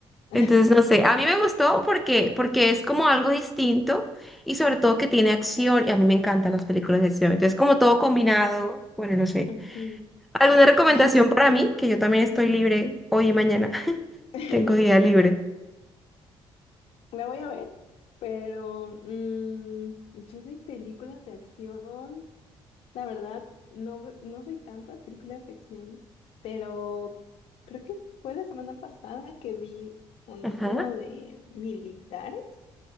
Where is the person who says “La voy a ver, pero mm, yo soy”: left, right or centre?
Left